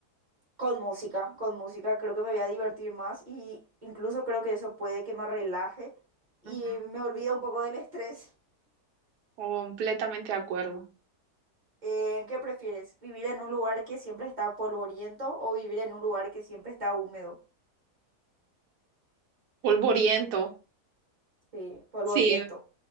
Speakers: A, on the right; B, on the right.
A: con música, con música creo que me voy a divertir más y incluso creo que eso puede que me relaje y
B: Ujú.
A: me olvida un poco del estrés.
B: Completamente de acuerdo.
A: Eh, ¿qué prefieres? ¿Vivir en un lugar que siempre está polvoriento o vivir en un lugar que siempre está húmedo?
B: Polvoriento.
A: Sí, polvoriento.
B: Sí,